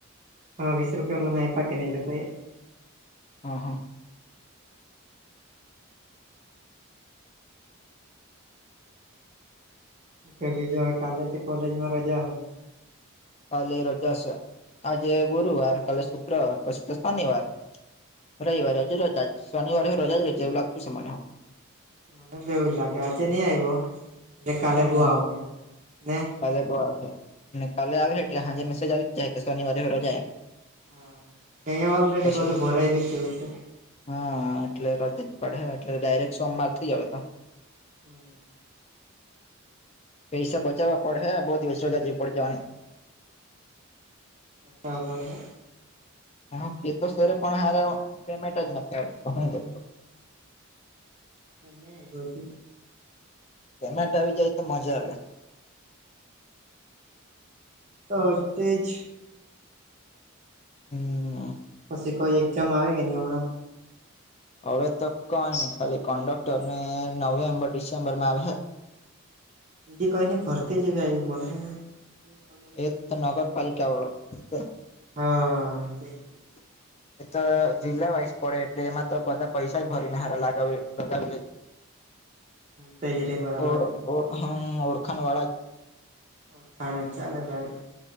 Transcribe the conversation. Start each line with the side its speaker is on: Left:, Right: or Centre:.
Right: હા વીસ રૂપિયામાં મને આયપા કેની એલોકોએ
Left: હા હા
Right: <unintelligible> રજા કાલે તો કોલેજ માં રજા હૈ
Left: કાલે રોજા છે આજે ગુરુવાર કાલે શુક્રવાર પછી તો શનિવાર રઇવારે તો રજાજ શનવારે હું રજા જ રેય છે એવું લાગતું શે મનેહો
Right: મને બી એવુજ લાગે આજે ની આયવો એટલે કાલે
Left: હમ
Right: બો આવહે ને
Left: કાલે બો આવે અને કાલે આવે એટલે સાંજે મેસેજ આવી જ જાય કે શનિવારે હો રજા એમ
Right: હા અહંયા ઓલરેડી
Left: પછી
Right: બધું ભરાયેલું જેવું છે
Left: હા એટલે રજા જ પડહે એટલે ડાયરેક્ટ સોમવાર થી જ હવે તો
Right: હમ
Left: પૈસા બચાવવા પડહે <unintelligible>
Right: બચાવવા પડહે
Left: હું કેતો સરે પણ હારા પેમેન્ટ જ નથી આવતું ત હું જેવું કરું
Right: <unintelligible>
Left: પેમેન્ટ આવી જાય તો મજા આવે
Right: હા તેજ
Left: હમ
Right: પછી કોઈ એક્ઝામ આવે કે ની હમણાં
Left: હવે તો કઈની ખાલી કન્ડક્ટર ને નવેમ્બર ડિસેમ્બર માં આવહે
Right: બીજી કઈ નઈ ફરતી જેવી આયવી મને ખબર હતી
Left: એ તો નગરપાલિકા વાળું છે
Right: હા તેજ તેજ
Left: <inaudible> એ તો જિલ્લા વાઈઝ પડે એટલે એમાં તો બધા પૈસા જ ભરીને હારા લાગાવ લગાવી લેય
Right: તેજ રે બરાબર
Left: ઓ ઓ હમ ઓળખાણ વાળા
Right: ઓળખાણ જ ચાલે ભાઈ.